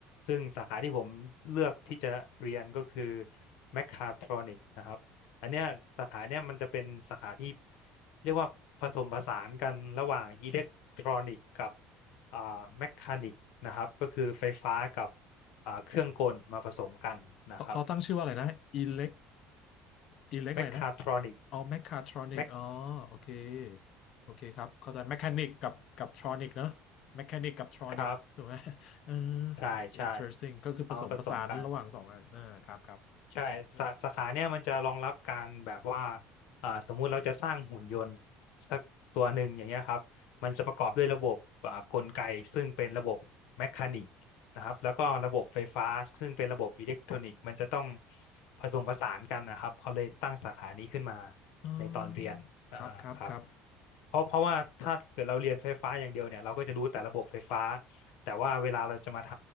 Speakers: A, on the left; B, on the left.
A: ซึ่งสาขาที่ผมเลือกที่จะเรียนก็คือแมคคาทรอนิกนะครับอันเนี้ยสาขาเนี้ยมันจะเป็นสาขาที่เรียกว่าผสมผสานกันระหว่างอิเล็กทรอนิกกับอ่าแมคคานิกนะครับก็คือไฟฟ้ากับอ่าเครื่องกลมาผสมกันนะครับ
B: เขาเขาตั้งชื่อว่าอะไรนะอิเล็กอิเล็กอะไรนะ
A: แมคคาทรอนิก
B: อ๋อแมคคาทรอนิกอ๋อโอเค
A: แมค
B: โอเคครับเข้าใจแมคานิกกับกับทรอนิกเนอะแมคานิกกับทรอนิกถูกไหม
A: ครับ
B: <laughs> เออ
A: ใช่ใช่
B: interesting ก็คือผสมผสานระหว่างสองอันเออครับครับ
A: เอามาผสมกันใช่สาสาขาเนี่ยมันจะรองรับการแบบว่า
B: เออ
A: อ่าสมมุติเราจะสร้างหุ่นยนต์สักตัวหนึ่งอย่างเงี้ยครับมันจะประกอบด้วยระบบอ่ากลไกซึ่งเป็นระบบแมคานิกนะครับแล้วก็ระบบไฟฟ้าซึ่งเป็นระบบอิเล็กทรอนิกส์มันจะต้องผสมผสานกันนะครับเขาเลยตั้งสาขานี้ขึ้นมา
B: อ๋อ
A: ในตอนเรียนอ่าครับ
B: ครับครับครับ
A: เพราะเพราะว่าถ้าเกิดเราเรียนไฟฟ้าอย่างเดียวเนี่ยเราก็จะรู้แต่ระบบไฟฟ้า แต่ว่าเวลาเราจะมาท